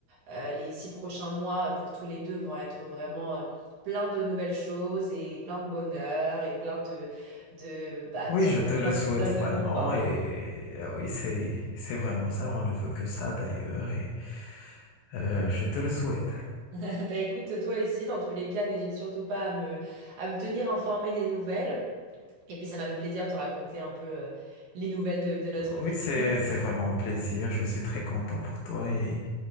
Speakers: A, on the right; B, on the left.
A: Euh, les six prochains mois euh, pour tous les deux vont être vraiment euh, plein de nouvelles choses et plein de bonheur et plein de, de, bah,
B: Oui,
A: de sortir
B: je te le
A: de notre
B: souhaite
A: zone
B: vraiment
A: de confort.
B: et ah oui, c'est c'est vraiment ça. On ne veut que ça d'ailleurs et euh, je te le souhaite.
A: <laughs> Bah écoute, toi aussi, dans tous les cas, n'hésite surtout pas à me, à me tenir informée des nouvelles. Et puis ça m'a fait plaisir de te raconter un peu euh, les nouvelles de, de notre
B: Oui,
A: vie.
B: c'est c'est vraiment un plaisir. Je suis très content pour toi et